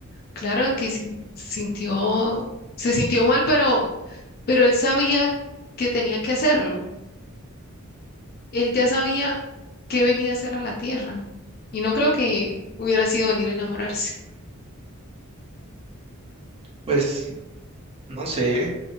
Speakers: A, on the left; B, on the right.
A: Claro que sin- sintió, se sintió mal, pero, pero él sabía que tenía que hacerlo. Él ya sabía qué venía a hacer a la tierra. Y no creo que hubiera sido venir a enamorarse.
B: Pues, no sé.